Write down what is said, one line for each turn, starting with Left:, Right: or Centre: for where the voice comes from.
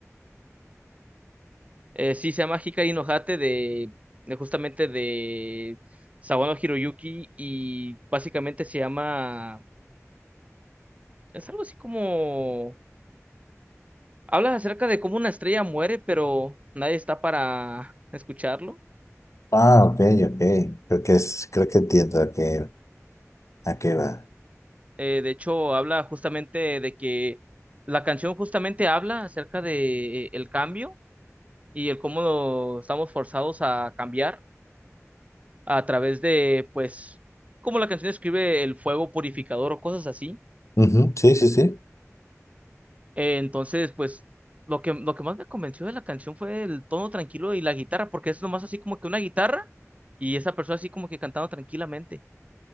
Right: Eh, sí, se llama Hikari no Hate de, de justamente de Sawano Hiroyuki y básicamente se llama, es algo así como, habla acerca de cómo una estrella muere, pero nadie está para escucharlo.
Left: Ah, ok, ok. Creo que es, creo que entiendo a qué, a qué va.
Right: Eh, de hecho, habla justamente de que la canción justamente habla acerca de eh, el cambio y el cómo lo- estamos forzados a cambiar a través de, pues, como la canción describe el fuego purificador o cosas así
Left: Ujú, Sí, sí, sí.
Right: Eh, entonces, pues, lo que, lo que más me convenció de la canción fue el tono tranquilo y la guitarra, porque es nomás así como que una guitarra y esa persona así como que cantando tranquilamente.